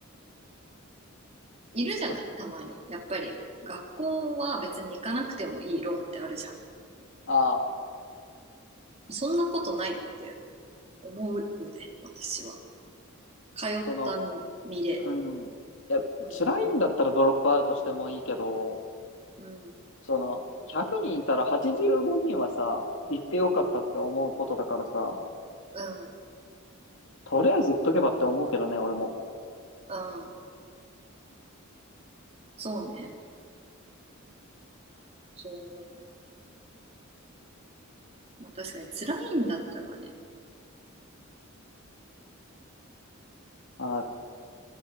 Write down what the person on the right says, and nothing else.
いるじゃない。
たまに。やっぱり。学校は別に行かなくてもいい論ってあるじゃん。
そんなことないって思うね、私は。通った身で。
うん、
うん、
うん、
うん。そうね。そう思うよ。まあ確かに辛いんだったらね。